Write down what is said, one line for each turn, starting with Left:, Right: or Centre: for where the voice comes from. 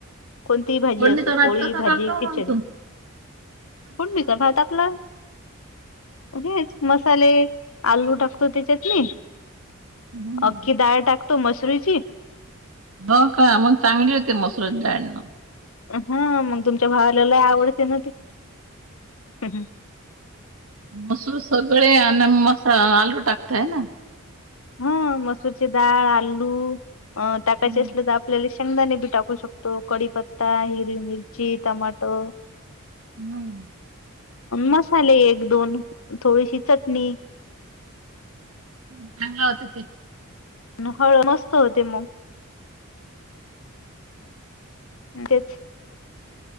Left: कोणतीही भाजी
Right: फोडणीचा
Left: असो
Right: भात
Left: पोळी
Right: कसा
Left: भाजी
Right: करतो
Left: खिचडी.
Right: मग तू?
Left: फोडणीचा भात आपला. हेच मसाले आलू टाकतो त्याच्यातने.
Right: हम्म
Left: अख्खी डाळ टाकतो मशरूरीची.
Right: हो का मग चांगली होते मसरंडाळणं.
Left: हा मग तुमच्या भावालालाय आवडते ना ते. हम हं.
Right: मसू सगळे आणि मसा आलू टाकतय ना.
Left: हा मसूरची डाळ आलू टाकायचे
Right: हम्म,
Left: असले तर आपल्याला शेंगदाणे बी टाकू शकतो. तो कडीीपत्ता हिरी मिरची टमाटो.
Right: हम्म.
Left: मसाले एक दोन थोडीशी चटणी.
Right: ह् चां होवत त.
Left: हळ मस्त होते मग. तेच.